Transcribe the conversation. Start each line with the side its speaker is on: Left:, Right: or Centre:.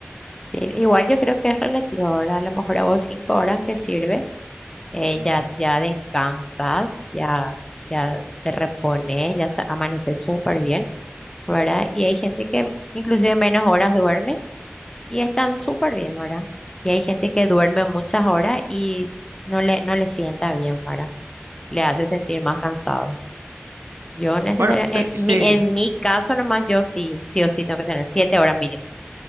Left: Sí, igual yo creo que es relativo, ahora a lo mejor a vos cinco horas te sirve, eh,
Right: Ujú.
Left: ya, ya descansas, ya, ya te repones, ya sa- amaneces súper bien, ¿verdad? Y hay gente que inclusive menos horas duerme Y están súper bien, ¿verdad? Y hay gente que duerme muchas horas y no le, no le sienta bien, ¿verdad? Le hace sentir más cansado. Yo necesariamente,
Right: Bueno, te-
Left: en
Right: sí.
Left: mi, en mi caso nomás, yo sí, sí o sí tengo que tener siete horas mínimo,